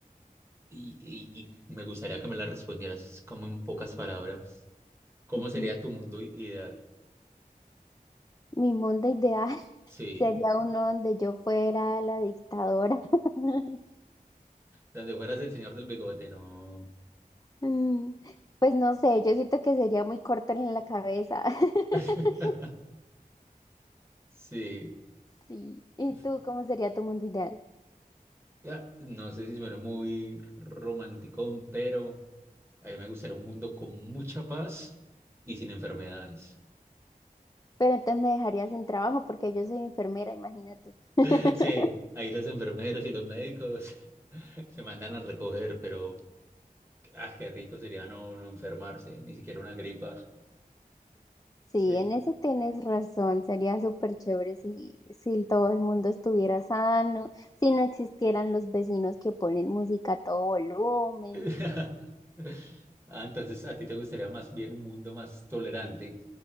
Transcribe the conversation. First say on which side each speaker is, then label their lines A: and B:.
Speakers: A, on the right; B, on the left.
A: Y, y- y me gustaría que me la respondieras como en pocas palabras. ¿Cómo
B: Ujú.
A: sería tu mundo i- ideal?
B: Mi mundo ideal <laughs>
A: Sí,
B: sería uno donde yo fuera la dictadora. <laughs>
A: donde fueras el señor del bigote, no.
B: Mm, Pues no sé, yo siento que sería muy corta en la cabeza. <laughs>
A: <laughs> Sí,
B: Sí. ¿Y
A: Uf,
B: tú cómo sería tu mundo ideal?
A: ya, no sé si suena muy romántico, pero a mí me gustaría un mundo con mucha paz y sin enfermedades.
B: Pero entonces me dejaría sin trabajo porque yo soy enfermera, imagínate. <laughs>
A: <laughs> Sí, ahí los enfermeros y los médicos <laughs> se mandan a recoger, pero ah, qué rico sería no, no enfermarse, ni siquiera una gripa.
B: Sí,
A: Sí.
B: en eso tienes razón. Sería súper chévere si, si todo el mundo estuviera sano, si no existieran los vecinos que ponen música a todo volumen.
A: <laughs> Ah, entonces a ti te gustaría más bien un mundo más tolerante.